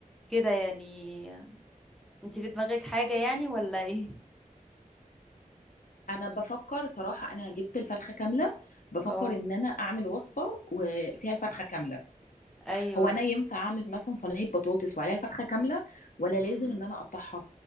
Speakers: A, in the centre; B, on the left (about 70°).
A: كده يعني انتي في دماغك حاجة يعني ولا ايه
B: انا بفكر صراحه انا جبت الفرخه كامله بفكر
A: اه
B: ان انا اعمل وصفه وفيها الفرخه كامله
A: ايوه
B: هو انا ينفع اعمل مثلا صينيه بطاطس وعليها الفرخه كامله ولا
A: مم.
B: لازم ان انا اقطعها